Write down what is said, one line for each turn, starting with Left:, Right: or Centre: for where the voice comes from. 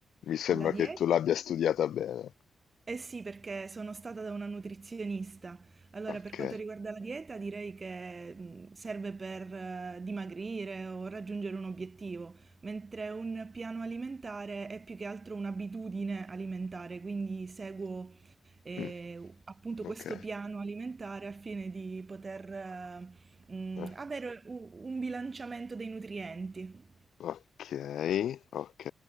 Left: mi sembra
Right: la dieta
Left: che tu l'abbia studiata bene.
Right: Eh sì, perché sono stata da una nutrizionista. Allora,
Left: Ok,
Right: per quanto riguarda la dieta, direi che mh, serve per eh, dimagrire o raggiungere un obiettivo, mentre un piano alimentare è più che altro un'abitudine alimentare, quindi seguo eh,
Left: mm,
Right: appunto questo
Left: ok,
Right: piano alimentare al fine di poter eh, mh,
Left: eh,
Right: avere u- un bilanciamento dei nutrienti.
Left: ok, ok,